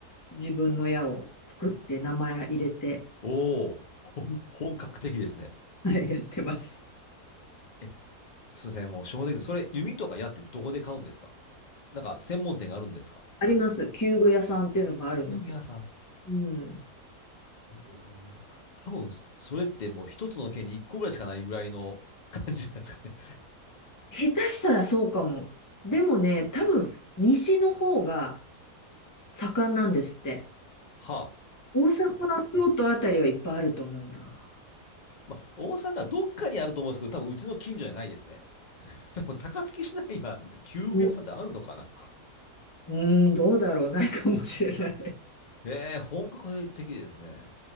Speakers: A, on the left; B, on the left.
A: 自分の矢を作って名前入れて、
B: おー。ほ本格的ですね。
A: うんはい、やってます。
B: え、すいません、もう正直です、それ弓とか矢ってどこで買うんですかなんか専門店があるんですか
A: あります。弓具屋さんっていうのがあるんです。
B: 弓矢さん。
A: うん。
B: うん多分、それってもう一つの県に一個ぐらいしかないぐらいの感じじゃないですかね。
A: 下手したらそうかも。でもね、多分西の方が盛んなんですって。
B: はあ。
A: 大阪、京都あたりはいっぱいあると思うな。
B: まあ、大阪どっかにあると思うんですけど、多分うちの近所じゃないですね。<laughs> 多分高槻市内には旧具屋さんってあるのかな。
A: うん、うんどうだろう、ないかもしれない。
B: へえ、本格的ですね。